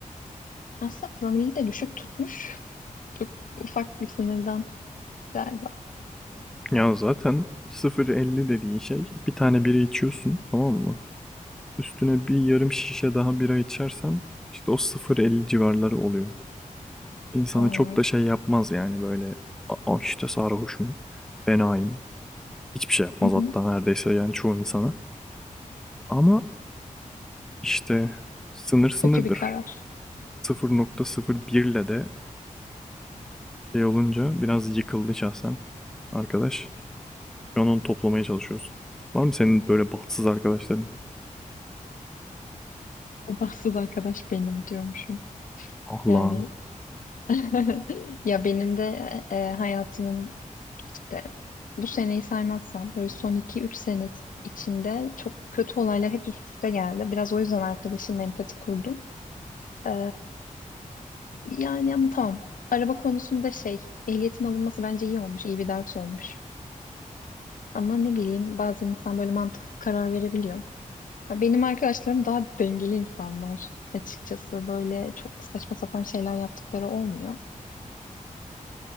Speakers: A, on the left; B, in the centre.
A: Aslında promili de düşük tutmuş. Çok ufak bir sınırdan galiba.
B: Ya zaten sıfır elli dediğin şey bir tane bira içiyorsun tamam mı? Üstüne bir yarım şişe daha bira içersen işte o sıfır elli civarları oluyor. İnsanı
A: Aa,
B: çok da şey yapmaz yani böyle "Aa işte sarhoşum, fenayım. Hiçbir şey yapmaz
A: Hı hı.
B: hatta neredeyse yani çoğu insana. Ama İşte sınır sınırdır.
A: kötü bir karar.
B: 0.01 ile de şey olunca biraz yıkıldı şahsen arkadaş. Şu an onu toplamaya çalışıyoruz. Var mı senin böyle bahtsız arkadaşların?
A: O bahtsız arkadaş benim diyormuşum.
B: Ah
A: Yani
B: lan.
A: <laughs> ya benim de e, e, hayatımın İşte bu seneyi saymazsam böyle son iki üç sene içinde çok kötü olaylar hep üst üste geldi. Biraz o yüzden arkadaşımla empati kurdum. Ee, yani ama tamam. Araba konusunda şey, ehliyetin alınması bence iyi olmuş, iyi bir ders olmuş. Ama ne bileyim bazen insan böyle mantıksız karar verebiliyor. Ya Benim arkadaşlarım daha dengeli insanlar açıkçası. Böyle çok saçma sapan şeyler yaptıkları olmuyor.